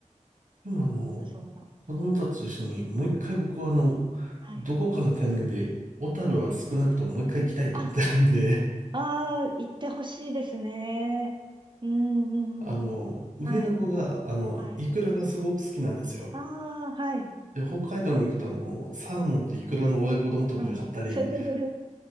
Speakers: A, on the right; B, on the right.
A: でもあの、
B: あそうだ。
A: 子供たちと一緒にもう一回僕はあの、
B: はい。
A: どこかのタイミングで、小樽は少なくとももう一回行きたいと思ってるんで、
B: あ、ああ、行ってほしいですね。うん、
A: <laughs> あの、
B: うん。
A: 上の子が、
B: はい、
A: あの、
B: はい。
A: イクラがすごく好きなんですよ。
B: ああ、はい。
A: で、北海道に行くとあの、サーモンとイクラの親子丼とか買ったり、
B: うん。<laughs>